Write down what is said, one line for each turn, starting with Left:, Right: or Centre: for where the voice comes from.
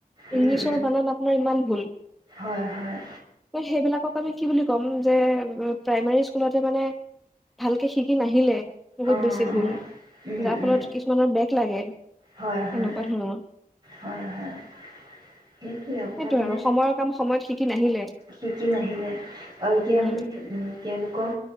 Right: উম,
Centre: ইংলিছৰ
Right: উম,
Centre: বানাত আপোনাৰ ইমান ভুল
Right: হয়, হয়,
Centre: তই সেইবিলাকক আমি কি বুলি ক'ম যে প্ৰাইমাৰী স্কুলতে মানে ভালকে শিকি নাহিলে বহুত
Right: অ',
Centre: বেছি ভুল
Right: অ', উম,
Centre: যাৰ
Right: উম,
Centre: ফলত কিছুৰ বেগ লাগে তেনেকোৱা
Right: হয়, হয়,
Centre: ধৰণৰ
Right: হয়, হয়, সেইটোৱে আপোনাৰ
Centre: সেইটোৱে
Right: মানে
Centre: আৰু সময়ৰ কাম সময়ত শিক নাহিলে
Right: শিকি নাহিলে আৰু এতিয়া
Centre: উম
Right: আপুনি উম তেওঁলোকৰ